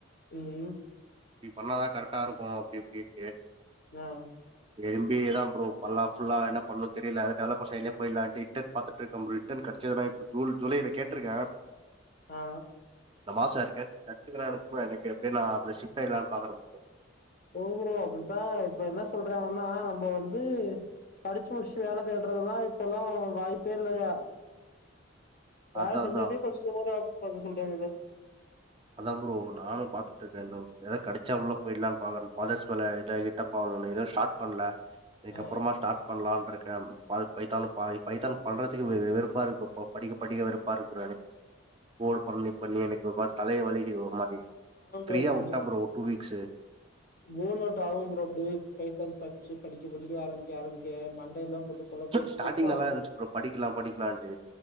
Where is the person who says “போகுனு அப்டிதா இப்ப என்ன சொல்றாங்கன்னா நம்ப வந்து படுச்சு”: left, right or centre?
Left